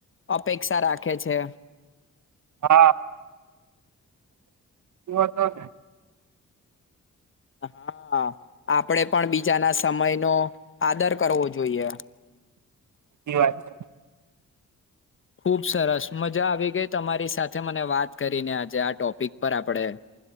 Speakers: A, on the left; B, on the right.
A: અપેક્ષા રાખે છે
B: હા હું હતોને
A: હા આપણે પણ બીજાના સમય નો આદર કરવો જોઈએ
B: એ વાત છે
A: ખુબ સરસ મજા આવી ગઈ તમારી સાથે મને વાત કરીને આજે આ ટોપિક પર આપણેે